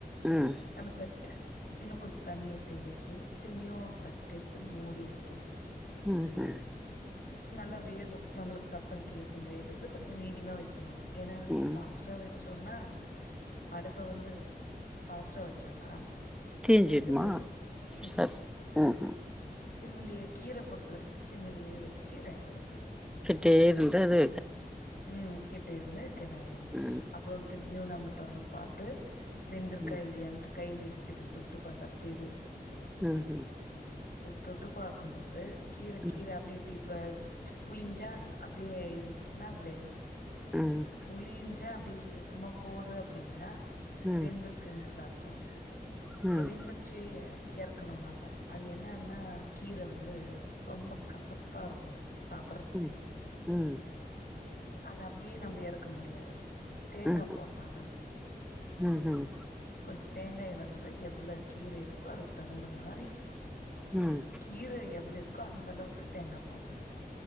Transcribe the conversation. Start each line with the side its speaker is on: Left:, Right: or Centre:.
Centre: ம்
Left: நமக்கு <unintelligible> இன்னு கொஞ்ச தண்ணிய தெளிச்சு திரும்பியு ஒரு தட்ட எடுத்து மூடி வைக்கணு
Centre: உஹம் உஹம்
Left: நல்லா வேகு நம்மளுக்கு சத்த கேட்கு வேகறது கொஞ்ச மீடியமா வைக்கணு ஏன்ன
Centre: ம்
Left: ஃபாஸ்ட்டா சொன்னா அடுப்ப வந்து பாஸ்ட்டா வச்சோன்னா
Centre: தீஞ்சிடுமா
Left: வெந்து போயிடு தீஞ்சிடு
Centre: சரி ம்ஹும்
Left: சிம்முலிய கீர பொறுத்த வரைக்கும சிமிலியே வச்சு சி வேக வைக்கணு
Centre: கிட்டே இருந்தது
Left: உம் கிட்ட இருந்து கிளறி ஒண்ணு
Centre: ம்
Left: அப்புற த நம்ம திறந்து பார்த்து வெந்துருகா
Centre: ம்
Left: இல்லையான்டு கையில எடுத்து இப்டி தொட்டு பார்த்தா தெரியு
Centre: உஹம்
Left: இந்த தொட்டு பார்க்கும்போது கீர கீர
Centre: ம்
Left: அப்டி இப்டி ப புளிஞ்சா அப்படியே இருந்துச்சு ன்னோ அது வேகல
Centre: ம்
Left: புளி ஜாம் அப்ப இது சும்மா போது அப்படின்னா
Centre: ம்
Left: வெந்து இருக்கின்றது அர்த் தோ அப்புறோ
Centre: ம்
Left: வெந்துருச்சு எறக்கணு நம்ப அது என்னன்னா கீர வந்து ரொம்ப கசப்பா இருக்கோ சாப்பிட்றதுக்கு
Centre: ம் ம்
Left: அது அப்படியே நம்ப எறக்க முடியாது தேங்கா
Centre: ம்
Left: போடலா அதுல
Centre: ம் ம்
Left: கொஞ்சோ தேங்காய வந்து எவ்ளோ கீர இருக்கோ அதுக்கு தகுந்த மாரி
Centre: ம்
Left: கீர எவ்ளோ இருக் கோ அந்த அளவுக்கு தேங்கா போடலா